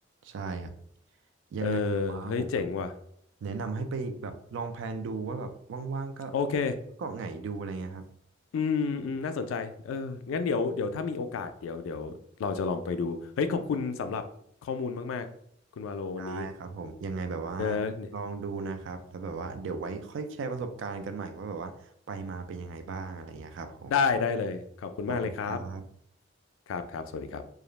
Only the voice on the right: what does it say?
ใช่ครับยังไงผมว่าผมแบบ
แนะนำให้ไปแบบลองแพลนดูว่าแบบว่างๆก็
เกาะไหงดูอะไรเงี้ยครับ
ได้ครับผมยังไงแบบว่า
ลองดูนะครับแล้วแบบว่าเดี๋ยวไว้ค่อยแชร์ประสบการณ์กันใหม่ว่าแบบว่าไปมาเป็นยังไงบ้างอะไรเงี้ยครับผม
ขอบคุณครับ